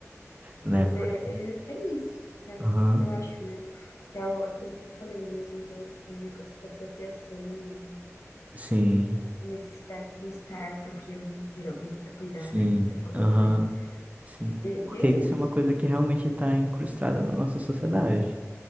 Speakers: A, on the right; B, on the left.
A: Né?
B: Mas
A: Por-
B: é, é, é isso, é, o
A: Aham,
B: que eu acho, né? Que é o- aquilo que eu falei mesmo do, do negócio da procriação,
A: sim.
B: necessidade de estar procriando e ter alguém para cuidar,
A: Sim,
B: né? Que Você falou
A: aham,
B: também.
A: sim.
B: E,
A: Porque
B: e é
A: isso
B: isso,
A: é uma coisa que realmente está incrustada na nossa sociedade,